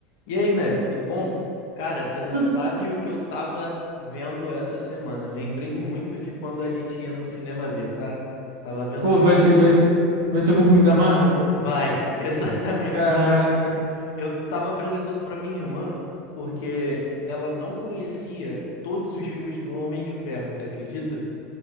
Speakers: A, on the left; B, on the right.
A: E aí, Mef, tudo bom? Cara, você não
B: Tu-
A: sabe o que eu tava vendo essa semana. Lembrei muito de quando a gente ia no cinema ver, tá? Tava vendo
B: Pô,
A: os filmes.
B: vai ser, vai, vai ser algum filme da Marvel?
A: Vai, <laughs> exatamente.
B: Caraca.
A: Eu tava apresentando pra minha irmã porque ela não conhecia todos os filmes do Homem de Ferro, você acredita?